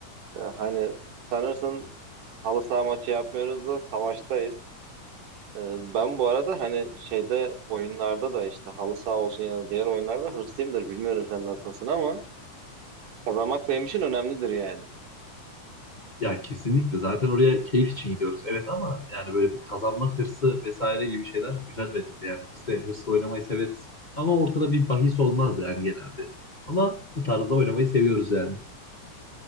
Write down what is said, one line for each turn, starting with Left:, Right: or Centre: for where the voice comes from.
Right: Ee, hani sanırsın halı saha maçı yapmıyoruz da savaştayız. Ee, ben bu arada hani şeyde oyunlarda da işte halı saha olsun ya da diğer oyunlarda hırslıyımdır. Bilmiyorum sen nasılsın ama kazanmak benim için önemlidir yani.
Left: Ya kesinlikle. Zaten oraya keyif için gidiyoruz. Evet ama yani böyle bir kazanma hırsı vesaire gibi şeyler güzel verildi. Yani biz de hırsla oynamayı severiz. Ama ortada bir bahis olmaz yani genelde. Ama bu tarzda oynamayı seviyoruz yani.